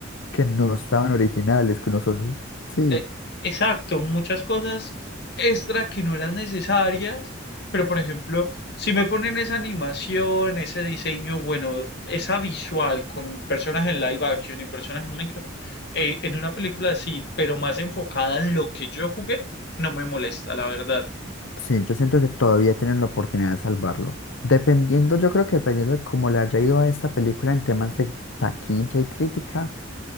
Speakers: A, on the left; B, on the left.
A: que no estaban originales, que no son... Sí,
B: Eh, exacto, muchas cosas extra que no eran necesarias, pero por ejemplo, si me ponen esa animación, ese diseño, bueno, esa visual con personas en live action y personas en Minecraft, eh, en una película así, pero más enfocada en lo que yo jugué, no me molesta, la verdad.
A: sí, yo siento que todavía tienen la oportunidad de salvarlo. Dependiendo, yo creo que dependiendo de cómo le haya ido a esta película en temas de taquilla y crítica,